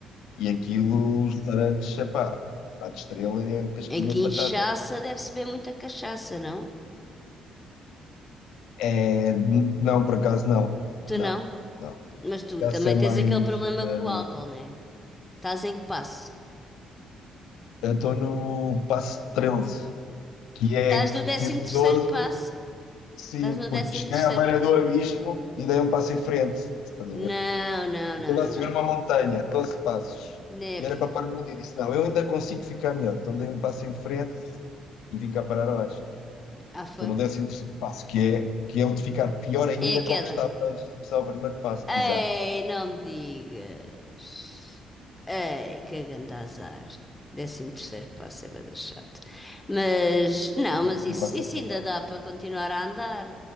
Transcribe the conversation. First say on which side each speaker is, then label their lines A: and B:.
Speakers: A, on the left; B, on the left.
A: e aquilo, os restaurantes, epá, a de estrela é casquinha
B: Em que
A: de
B: inchaça
A: batata.
B: deve-se beber muita cachaça, não?
A: É, n- não, por acaso não.
B: Tu
A: Não,
B: não?
A: não.
B: Mas
A: Kinshasa
B: tu também
A: é mais.
B: tens aquele problema
A: eh,
B: com o álcool, né? Estás em que passo?
A: eu estou no passo 13 que é,
B: Estás no décimo
A: fiz o
B: terceiro
A: doze
B: passo.
A: Sim,
B: Estás no
A: porque
B: décimo
A: cheguei
B: terceiro
A: à beira
B: passo.
A: do abismo e dei um passo em frente. Estás
B: Não,
A: a ver?
B: não,
A: Eu
B: não,
A: Estava
B: não,
A: a
B: não.
A: subir uma montanha, 12 passos.
B: Népia.
A: E era para parar ali. E Disse: Não, eu ainda consigo ficar melhor. Então dei um passo em frente e vim cá parar abaixo.
B: Ah, foi?
A: Estou no décimo º passo, que é, que é o de ficar pior ainda
B: É a
A: que
B: queda.
A: o que estava a começar o primeiro passo.
B: Ei,
A: Exato.
B: não me digas. Ei, que grande azar. Décimo terceiro passo é bué da chato. Mas, não,
A: O primeiro
B: mas isso,
A: passo
B: isso
A: é fatal.
B: ainda dá para continuar a andar.